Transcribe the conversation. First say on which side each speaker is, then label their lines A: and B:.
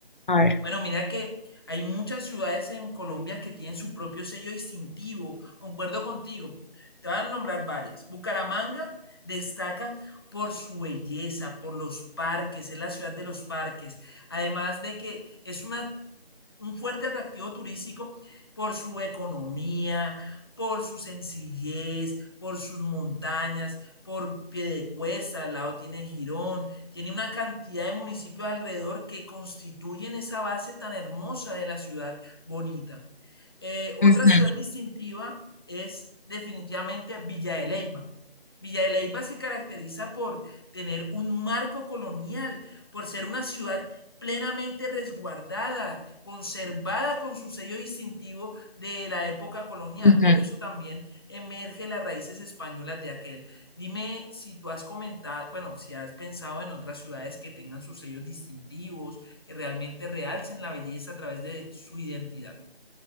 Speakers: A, on the left; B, on the left.
A: A ver.
B: Bueno, mira que hay muchas ciudades en Colombia que tienen su propio sello distintivo. Concuerdo contigo. Te van a nombrar varias. Bucaramanga destaca por su belleza, por los parques, es la ciudad de los parques. Además de que es una un fuerte atractivo turístico por su economía, por su sencillez, por sus montañas, por Piedecuesta, al lado tiene Girón, tiene una cantidad de municipios alrededor que constituyen esa base tan hermosa de la ciudad bonita. Eh, otra
A: Ujú,
B: ciudad distintiva es definitivamente Villa de Leyva. Villa de Leyva se caracteriza por tener un marco colonial, por ser una ciudad plenamente resguardada conservada con sus sellos distintivos de la época colonial.
A: ujú.
B: Por eso también emerge las raíces españolas de aquel. Dime si tú has comentado, bueno, si has pensado en otras ciudades que tengan sus sellos distintivos, que realmente realcen la belleza a través de su identidad.